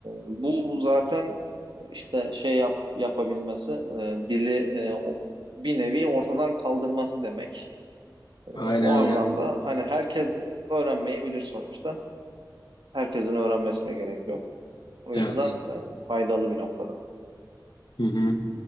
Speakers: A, on the right; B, on the left.
A: bu zaten işte şey yap, yapabilmesi, e, dili e, o- bir nevi ortadan kaldırması demek. E,
B: Aynen
A: o anlamda
B: öyle.
A: hani herkes öğrenmeyebilir sonuçta. Herkesin öğrenmesine gerek yok. O
B: Evet.
A: yüzden e, faydalı bir noktada.
B: Hı hı.